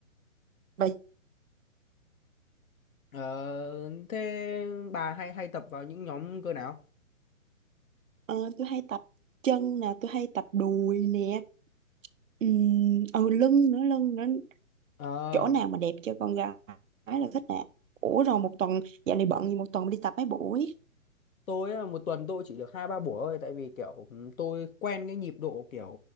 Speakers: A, on the right; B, on the left.
A: Và
B: Ờ, thế bà hay hay tập vào những nhóm cơ nào
A: Ờ, tôi hay tập chân nè, tôi hay tập đùi nè, ừ, ừ lưng nữa, lưng nữa,
B: Ờ
A: chỗ nào mà đẹp cho con gái là thích nè. Ủa rồi một tuần, dạo này bận gì một tuần đi tập mấy buổi?
B: tôi á, một tuần tôi chỉ được hai ba buổi thôi tại vì kiểu ừ, tôi quen cái nhịp độ kiểu